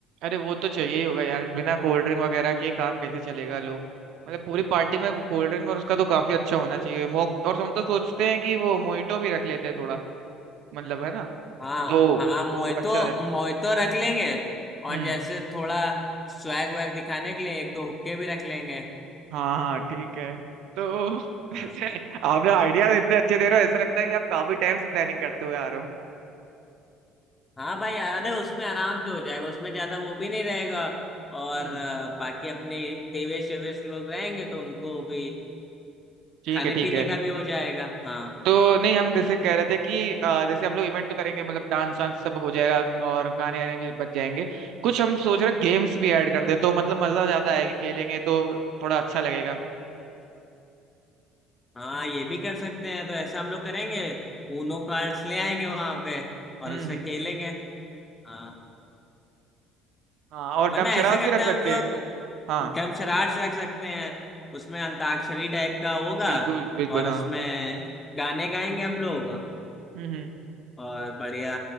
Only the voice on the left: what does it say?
हाँ
हाँ मोहितो
मोहितो रख लेंगे और
जैसे थोड़ा स्वैग वैग दिखाने के लिए एक दो हुक्के भी रख लेंगे
हाँ
हाँ भाई अरे उसमें आराम से हो जाएगा उसमें ज्यादा वो भी नहीं रहेगा और
अ, बाकी अपने देवेश वेवेश लोग रहेंगे तो उनको भी
खाने
पीने
का भी हो जाएगा हाँ
हाँ ये भी कर सकते हैं तो ऐसा हम लोग करेंगे ऊनो कार्ड्स ले आएंगे वहां पे और
उससे
खेलेंगे हाँ
वरना
ऐसा करते
हैं
हम लोग
डमशराट रख सकते हैं उसमें अंताक्षरी टाइप का होगा
और
उसमें गाने गाएंगे हम लोग
और बढ़िया